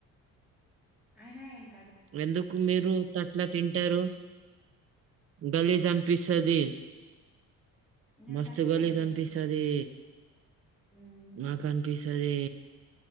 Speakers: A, in the centre; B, on the right (about 40°).
A: అయనా ఎం మ్
B: ఎందుకు మీరు తట్లా తింటారు గలీజ్ అనిపిస్తది
A: నాకనిపియదు
B: మస్తు గలీజ్
A: గిల్లి.
B: అనిపిస్తది
A: హ్మ్.
B: నాకు అనిపిస్ గదే